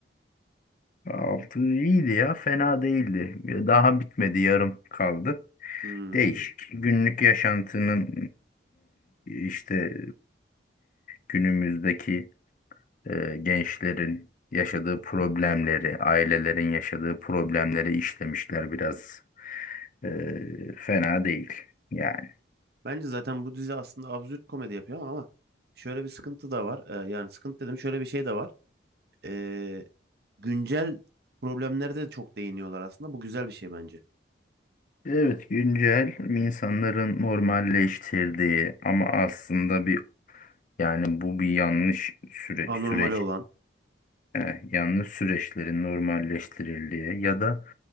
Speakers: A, on the left (about 45°); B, on the right (about 55°).
A: Altı iyiydi ya. Fena değildi. Daha bitmedi. Yarım kaldı.
B: Hmm.
A: Değişik. Günlük yaşantının işte günümüzdeki e, gençlerin yaşadığı problemleri, ailelerin yaşadığı problemleri işlemişler biraz. E, fena değil. Yani.
B: Bence zaten bu dizi aslında absürt komedi yapıyor ama ama şöyle bir sıkıntı da var. Ee, yani sıkıntı dedim şöyle bir şey de var. Ee, güncel problemlere de çok değiniyorlar aslında. Bu güzel bir şey bence.
A: Evet güncel insanların normalleştirdiği ama aslında bir yani bu bir yanlış süre,
B: Anormal
A: süreç
B: olan.
A: E, yalnız süreçlerin normalleştirildiği ya da